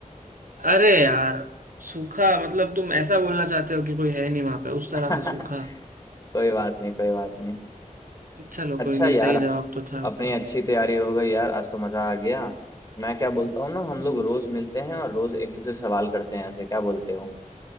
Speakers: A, on the right; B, on the left.
A: अरे यार सूखा मतलब तुम ऐसा बोलना चाहते हो कि कोई है नहीं वहां पे उस तरह
B: <laughs>
A: से सूखा
B: कोई बात नहीं कोई बात नहीं
A: चलो
B: अच्छा
A: कोई नहीं
B: यार
A: सही जवाब तो था भाई
B: अपनी अच्छी तैयारी हो गई यार आज तो मजा आ गया मैं क्या बोलता हूँ ना हम लोग रोज मिलते हैं और रोज एक दूसरे से सवाल करते हैं ऐसे क्या बोलते हो